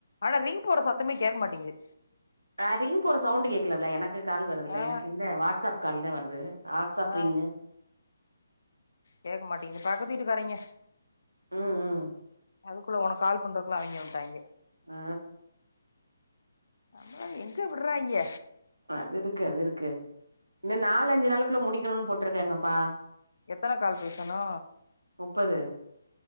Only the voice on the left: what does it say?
ஆனா ரிங் போற சத்தமே கேட்க மாட்டேங்குது
ஆ
ஆ
கேக்கமாட் டிங்க பக்கத்து வீட்டுக்காரெங்க
அதுக்குள்ள ஒனக் கால் பண்றக்குள்ள அவிங்க வன்ட்டாய்ங்க
நம்மள எங்க விட்றாய்ங்க
எத்தன கால் பேசனு